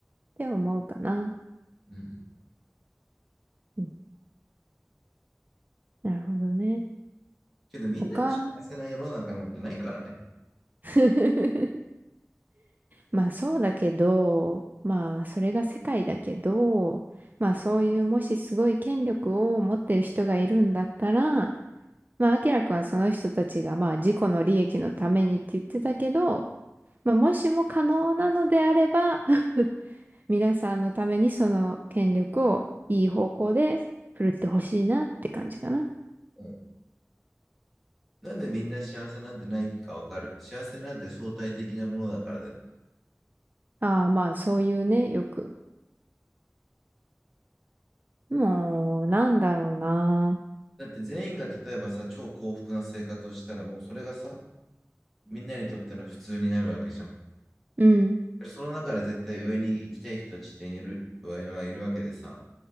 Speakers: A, on the right (about 35°); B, in the centre.
A: て思うかな。
B: うん。
A: うん。なるほどね。
B: けど、みんなが幸せな世の中なんてないからね。
A: 他 <laughs> まあそうだけど、まあそれが世界だけど、まあそういうもしすごい権力を持ってる人がいるんだったら、まあ明らくんはその人たちがまあ自己の利益のためにって言ってたけど、まあ、もしも可能なのであれば <laughs> 皆さんのためにその権力をいい方向で振るってほしいなって感じかな。
B: うん。なんでみんな幸せなんてないかわかる。幸せなんて相対的なものだからだよ。
A: ああ、まあそういうね、よく。もう、なんだろうな。
B: だって全員が例えばさ、超幸福な生活をしたらもうそれがさ、みんなにとっての普通になるわけじゃん。
A: うん、
B: その中で絶対上に行きたい人たちっている、はいるわけでさ、